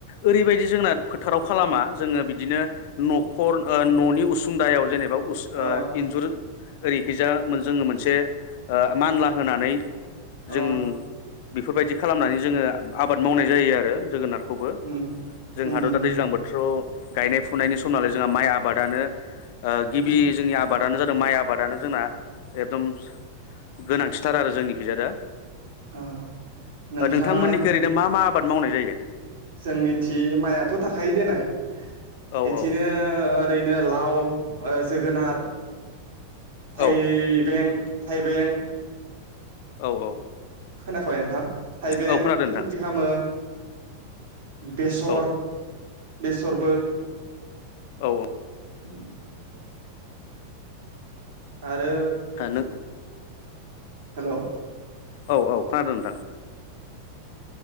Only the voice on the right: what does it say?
अ
अ
उम
उम उम
उम
औ नोंथाङा
जोंनि थि माइआथ' थाखायो देनाय
एथिनो
ओरैनो लाव जोगोनार थाइ
बें थाइबें
खोनाखय नोंथां? थाइबें
खेथि खालामो बेसर
बेस'रबो
होम। आरो
हेल'